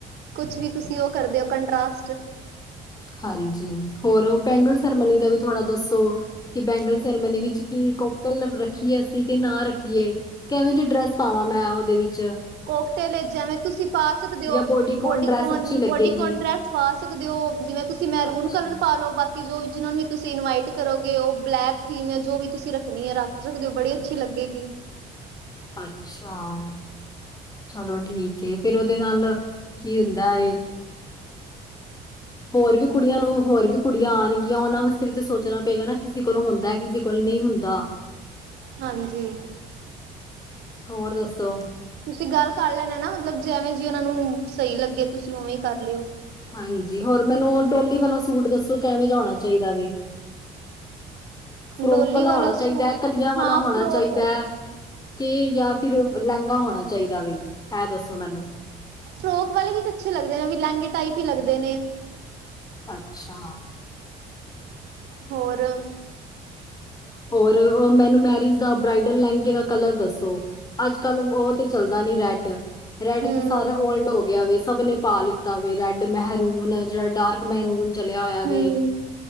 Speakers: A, on the right; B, on the left.
A: ਕੁਛ ਵੀ ਤੁਸੀ ਉਹ ਕਰਦੇ ਹੋ ਕੰਟਾਸਟ
B: ਹਾਂਜੀ ਹੋਰ ਬੈਗਲ ਸੈਰੇਮਨੀ ਦਾ ਵੀ ਥੋੜਾ ਦਸੋ ਕਿ ਬੈਂਗਲ ਸੈਰੇਮਨੀ ਵਿਚ ਕੀ ਕੋਕਤਲ ਰਖੀਏ ਅਸੀ ਕਿ ਨਾ ਰਖੀਏ ਕਿਵੇ ਦੀ ਡਰੈਸ ਪਾਵਾ ਮੈਂ ਉਹਦੇ ਵਿਚ-
A: ਕੋਕਟੇ ਲਈ ਜਿਵੇ ਤੁਸੀ ਪਾ ਸਕਦੇ ਹੋ
B: ਜਾਂ
A: ਬੋਡੀਕੋਨ
B: ਡਰੈਸ ਅੱਛੀ ਲੱਗੇਗੀ
A: ਬੋਡੀਕੋਨ ਡੈਸ ਪਾ ਸਕਦੇ ਹੋ ਜਿਵੇ ਤੁਸੀ ਮੈਰੂਨ
B: ਅੱਛਾ
A: ਕਲਰ ਪਾਾਲਓ ਬਾਕੀ ਕਿ ਜੋ ਵੀ ਜਿਹਨਾਂ ਨੂੰ ਵੀ ਤੁਸੀ ਇਨਵਾਈਟ ਕਰੋਗੇ ਉਹ ਬਲੈਕ ਥੀਮ ਜੋ ਵੀ ਤੁਸੀ ਰਖਣੀ ਹੈ। ਰੱਖ ਸਕਦੇ ਹੋ ਬੜੀ ਅਛੀ ਲਗੇਗੀ
B: ਅਛਾ- ਚਲੋ ਠੀਕ ਫੇਰ ਉਹਦੇ ਨਾਲ ਕੀ ਹੁੰਦਾ ਹੋਰ ਵੀ ਕੁੜੀਆਂ ਨੂੰ ਹੋਰ ਵੀ ਕੁੜੀਆਂ ਆਉਣਗੀਆਂ ਉਹਨਾਂ ਵਾਸਤੇ ਵੀ ਤਾਂ ਸੋਚਣਾ ਪਏਗਾ ਨਾ ਕਿਸੇ ਕੋਲੋ ਹੁੰਦਾ ਕਿ ਬਿਲ ਕੁਲ ਨਹੀ ਹੁੰਦਾ
A: ਹਾਂਜੀ-
B: ਹੋਰ ਦੱਸੋ-
A: ਤੁਸੀ ਗੱਲ ਕਰ ਲੈਣੇ ਨਾ ਮਤਲਬ ਜੇ ਐਵੇਂ ਜੇ ਉਹਨਾ ਨੂੰ ਸਹੀ ਲਗੇ ਤੁਸੀ ਉਵੇ ਹੀ ਕਰ ਲਿਓ
B: ਹਾਂਜੀ ਹੋਰ ਮੈਨੂੰ ਡੋਲੀ ਵਾਲਾ ਸੂਟ ਦਸੋ ਕੈਵੇਂ ਜਾ ਹੋਣਾ ਚਾਹੀਦਾ ਵੇ ਫਰੋਕ
A: ਡੋਲੀ
B: ਵਾਲਾ ਹੋਣਾ
A: ਸੂਟ
B: ਚਾਹੀਦਾ ਐ ਕਲੀਆਂ ਵਾਲਾ
A: ਹਾਂ
B: ਹੋਣਾ
A: ਫਰੋਕ
B: ਚਾਹੀਦਾ ਐ ਕੇ ਯਾ ਫਿਰ ਲਹਿੰਗਾ ਹੋਣਾ ਚਾਹੀਦਾ ਵੇ ਐਹ ਦਸੋ ਮੈਨੂੰ
A: ਫਰੋਕ ਵਾਲੇ ਵੀ ਤਾਂ ਅਛੇ ਲਗਦੇ ਨੇ ਵੀ ਲਹਿੰਗੇ ਟਾਈਪ ਹੀ ਲੱਗਦੇ ਨੇ
B: ਅਛਾ-
A: ਹੋਰ-
B: ਹੋਰ ਓ ਮੈਨੂੰ ਮੈਰਿਜ ਦਾ ਬ੍ਰਈਡਲ ਲਹਿੰਗੇ ਦਾ ਕਲਰ ਦਸੋ ਅਜ ਕਲ ਉਹ ਤੇ ਚੱਲਦਾ ਨੀ ਰੈਡ ਰੈਡ
A: ਹੂੰ
B: ਤੇ ਸਾਰਾ ਓਲਡ ਹੋ ਗਿਆ ਵੇ ਸਭ ਨੇ ਪਾ ਲ ਤਾ ਵੀ ਰੈਡ ਮਹਿਰੂਨ ਜਿਹੜਾ ਡਾਰਕ ਮਹਿਰੂਨ ਚਲਿਆ ਹੋਇਆ ਵੇ
A: ਹੂੰ